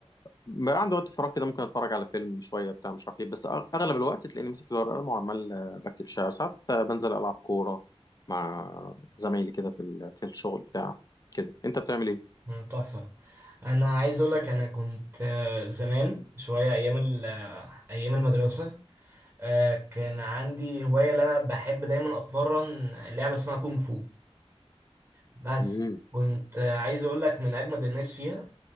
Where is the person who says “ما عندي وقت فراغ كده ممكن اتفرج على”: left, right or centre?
Left